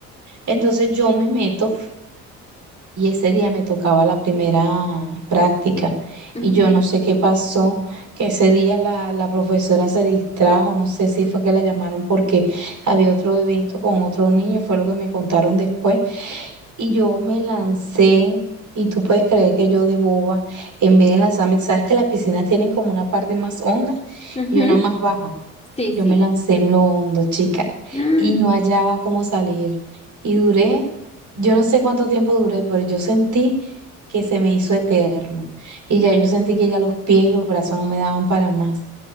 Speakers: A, on the right; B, on the left.
A: Entonces yo me meto y ese día me tocaba la primera práctica
B: Ujú.
A: y yo no sé qué pasó, que ese día la, la profesora se distrajo, no sé si fue que la llamaron porque había otro evento con otros niños, fue lo que me contaron después. Y yo me lancé, y tú puedes creer que yo de boba, en vez de lanzarme, sabes que las piscinas tienen como una parte más honda
B: Ujú.
A: y una más baja.
B: Sí,
A: Yo
B: sí.
A: me lancé en lo hondo, chica,
B: <gasps>
A: y no hallaba cómo salir. Y duré, yo no sé cuánto tiempo duré, pero yo sentí que se me hizo eterno. Y ya yo sentí que ya los pies y los brazos no me daban para más.